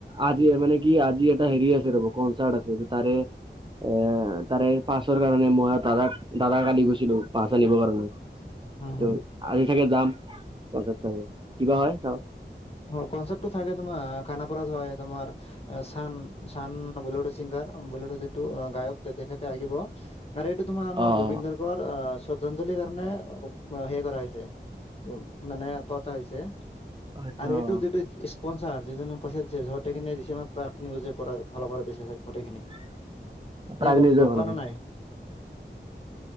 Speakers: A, on the right (about 25°); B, on the left (about 35°).
A: আজি মানে কি আজি এটা হেৰি আছে ৰ'ব কনচাৰ্ট আছে ত' তাৰে এ, তাৰে পাছৰ কাৰণে মই দাদাক দাদাক কালি গৈছিলোঁ। পাছ আনিবৰ কাৰণে। ত'
B: হম
A: আজি চাগে যাম পঞ্চায়ত চাব, কিবা হয় চাওঁ।
B: অ' কনচাৰ্টটো থাকে তোমাৰ খানাপাৰাত হয় তোমাৰ চান, চান বলিউডৰ চিংগাৰ, বলিউডৰ যিটো গায়ক তেখেতে আহিব। আৰু এইটো তোমাৰ আমাৰ
A: অ',
B: জুবিন গাৰ্গৰ আ, শ্ৰদ্ধাঞ্জলিৰ কাৰণে সেই কৰা হৈছে। উম, মানে পতা হৈছে
A: অ', আচ্ছা
B: আৰু এইটো
A: অ'।
B: যিটো স্পনচাৰ যিজনে পইচা দিছে, যতোখিনি দিছে প্ৰাক নিউজৰ পৰা ফালৰ পৰা দিছে গোটেইখিনি।
A: <inaudible>
B: তে
A: প্ৰাগনিউজৰ
B: গম গম
A: ফালৰ
B: পোৱানে
A: পৰা।
B: নাই?